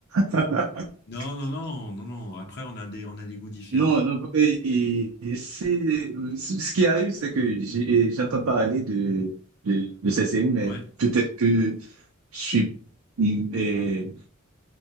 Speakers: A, on the right; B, on the left.
A: <laughs>
B: Non, non, non, non, non. Après, on a des, on a des goûts différents.
A: Non,
B: hein.
A: non, et, et- c'est, ce qui arrive, c'est que j'ai- j'entends parler de, de, de ces séries, mais
B: Ouais.
A: peut-être que je suis, mm, et